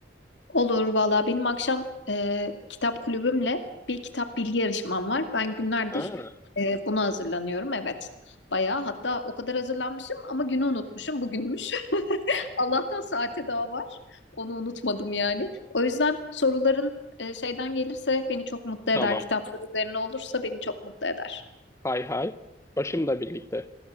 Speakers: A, on the left; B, on the left.
A: Olur valla benim akşam e, kitap kulübümle bir kitap bilgi yarışmam var. Ben günlerdir
B: Ha,
A: e, buna hazırlanıyorum evet. Bayağı hatta o kadar hazırlanmışım ama günü unutmuşum bugünmüş. <laughs> Allah'tan saate daha var. Onu unutmadım yani. O yüzden soruların e, şeyden gelirse beni çok mutlu eder.
B: tamam.
A: Kitaplar üzerine olursa beni çok mutlu eder.
B: Hay hay. Başımla birlikte.